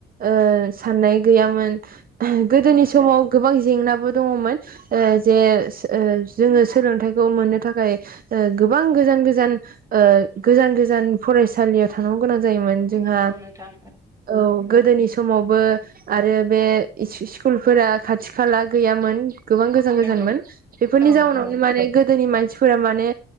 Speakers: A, on the right (about 45°); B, on the right (about 15°).
A: ओ साननाय गैयामोन गोदोनि
B: नंगौ
A: समाव गोबां जेंनाबो दङमोन ओ जे जोङो सोलोंथाइखौ मोननो थाखाय गोबां गोजान गोजान गोजान गोजान फरायसालियाव थांनांगौ गोनां जायोमोन जोंहा
B: नंगौ नोंथां
A: औ गोदोनि समावबो आरो बे स्कुलफोरा खाथि खाला गैयामोन गोबां गोजान
B: नंगौ
A: गोजानमोन बेफोरनि
B: औ
A: जाउनावनो
B: औ
A: माने गोदोनि मानसिफोरा माने